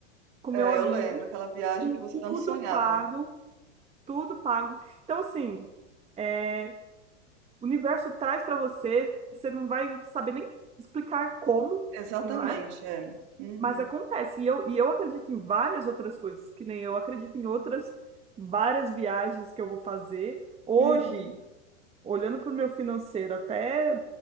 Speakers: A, on the right; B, on the right.
A: com meu
B: É,
A: amigo.
B: eu lembro, aquela viagem
A: com
B: que você
A: tudo
B: tanto sonhava.
A: pago, tudo pago. Então, assim, é, o universo traz para você, você não vai saber nem explicar como,
B: Exatamente,
A: né?
B: é. Uhum,
A: Mas acontece. E eu, e eu acredito em várias outras coisas, que nem eu acredito em outras várias viagens que eu vou fazer. Hoje,
B: uhum,
A: olhando para o meu financeiro, até